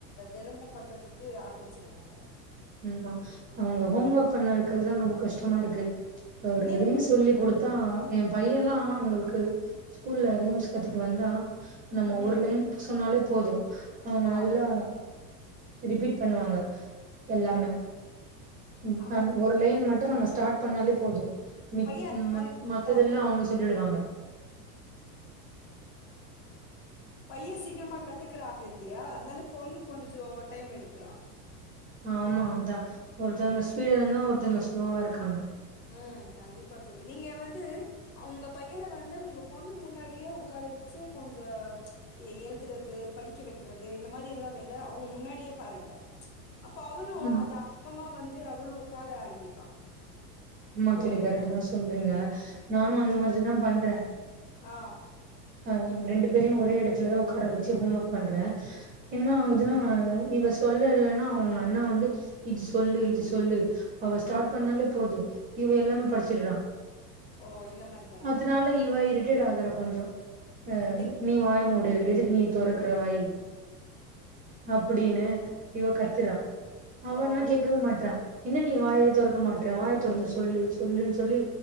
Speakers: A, on the left; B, on the right.
A: தெனமு பண்றதுக்கு ஆரம்பிச்சுருவாங்க
B: ஆமா அவுங்க ஹோம் ஒர்க் பண்ண வக்கறதுதா ரொம்ப கஷ்டமா இருக்கு அவர்
A: நீங்க
B: எதையு சொல்லி குடுத் தா எ பையல்லா உங்களுக்கு ஸ்கூல்ல ரீம்ஸ் கத்துட்டு வந்தா நம்ம
A: ம்
B: ஊர்லயு புஸ் சொன்னாலே போது அவுங்க
A: ஆ
B: நல்லா ரிப்பீட் பண்ணுவாங்க எல்லாமே ம்
A: ஆமா
B: அ ஒரு லைன் மட்டு நம்ம சொன் டாட் பண்ணாலே போது மித்
A: பையன் அந்த
B: ம்
A: மாரி
B: மத்ததெல்லா
A: அ
B: அவுங்க சொல்லிடுவாங்க
A: பைவசிக் சீக்கிரமா கத்துக்கராங்க இல்லயா அதனால பொன்னு கொஞ்ச கொஞ்சே டைம் எடுக்கலாம்
B: ஆமா அதான் ஒருத்தவுங்க ஸ்பீடுன ஒருத்தவுங்க ஸ்லோவா இருக்காங்க
A: ம் கண்டிப்பா தோழி நீங்க வந்து அவங்க பையன வந்து உங்க பொண்ணு முன்னாடியே உக்கார வச்சு கொஞ்சம் எழுதுறது படிக்க வைக்கறது இந்த மாரி எல்லா வில அவங்க முன்னாடியே பாருங்க அப்போ அவளும்
B: ம்
A: அத்தா அப்றோமா வந்து அவளும் வந்து உக்கார ஆரம்பிப்பா
B: மந்திலி
A: ஒரு
B: கரண்ட் தா பண்றீங்க நானும் அந்த மாரி தா பண்றேன்
A: ஆ
B: ஆ ரெண்டு பேரையும் ஒரே இடத்துல தா உக்கார வச்சு ஹோம் ஒர்க் பண்றேன் என்ன
A: ஆ
B: ஆகுதுன்னா இவ சொல்லலனா அவுங்க அண்ணா வந்து இது சொல்லு இது சொல்லு அவ ஸ்டார்ட் பண்ணாலே போதும் இவ எல்லாமே
A: ம்
B: படிச்சுட்றா
A: ஓ இந்த மாரி பண்றானா?
B: அதுனால இவ இரு அப்கிரேட் ஆகுற கொஞ்சம் ம்
A: என்
B: நீ வாய மு டு எதுக்கு நீ தொறக்குற வாயி அப்டீன்னு இவ கத்துரா அவன
A: ஓ
B: கேக்கவே மாட்டுறா என்ன நீ வாயே தொறக்க மாட்ற வாய தொறந்து சொல்லு சொல்லுன்னு சொல்லி